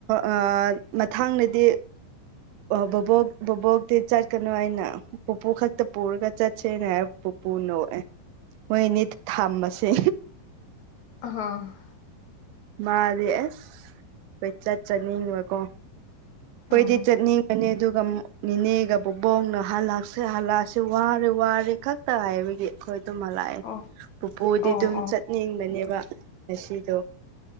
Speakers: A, on the right; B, on the left.
A: ꯑ ꯃꯊꯥꯡꯗꯗꯤ ꯕ‌ꯣꯕꯣꯛ ꯕ‌ꯣꯕꯣꯛꯇꯤ ꯆꯠꯀꯅꯨ ꯑꯅ ꯄꯨꯄꯨ ꯈꯛꯇ ꯄꯨꯔꯒ ꯆꯠꯁ‌ꯦꯅ ꯄꯨꯄꯨ ꯅ‌ꯣꯛꯑꯦ ꯃꯣꯏ ꯑꯅꯤ ꯊꯝꯕꯁꯦ
B: ꯑꯍ
A: ꯃꯥꯗꯤ ꯑꯁ ꯀ‌ꯣꯏꯆꯠ ꯆꯠꯅꯤꯡꯕꯀꯣ ꯀꯣꯏꯗꯤ
B: ꯎꯝ
A: ꯆꯠꯅꯤꯡꯕꯅꯤ ꯑꯗꯨꯒ ꯅꯤꯅꯦꯒ ꯕꯨꯕꯣꯛꯅ ꯍꯜꯂꯛꯁꯦ ꯍꯜꯂꯛꯑꯁ‌ꯦ ꯋꯥꯔꯦ ꯋꯥꯔꯦ ꯈꯛ ꯇ ꯍꯥꯏꯕꯒꯤ ꯑꯩꯈꯣꯏ ꯑꯗꯨꯝ ꯍꯂꯛꯑꯦ
B: ꯑꯣ
A: ꯄꯨꯄꯨꯗꯤ
B: ꯑꯣ
A: ꯑꯗꯨꯝ
B: ꯑꯣ
A: ꯆꯠ ꯅꯤꯡꯕꯅꯦꯕ ꯉꯁꯤꯗꯣ